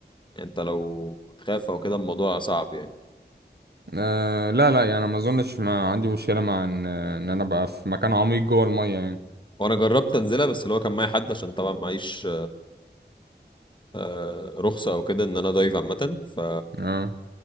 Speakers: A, on the left; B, on the right.
A: انت لو تخاف او كده الموضوع صعب يعني
B: أه لا لا يعني ما اظنش ما عندي مشكلة مع ان ان انا ابقى في مكان عميق جوه المية يعني
A: وانا جربت انزلها بس اللي هو كان معايا حد عشان طبعا معيش آه، رخصة او كده ان انا دايف عامة ف
B: اه